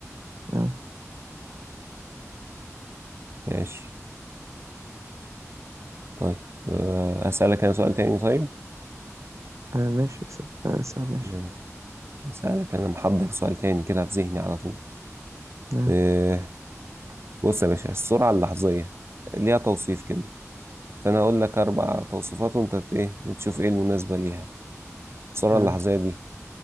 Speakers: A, on the right; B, on the right.
A: آه.
B: ماشي طيب آه، أسألك أنا سؤال تاني طيب
A: آه ماشي س- آه س- ماشي
B: ماشي أسألك أنا محضر سؤال تاني كده في ذهني على طول
A: آه.
B: آه، بص يا باشا السرعة اللحظية ليها توصيف كده فأنا هقول لك أربع توصيفات وأنت ت- إيه تشوف إيه المناسبة ليها السرعة
A: آه.
B: اللحظية دي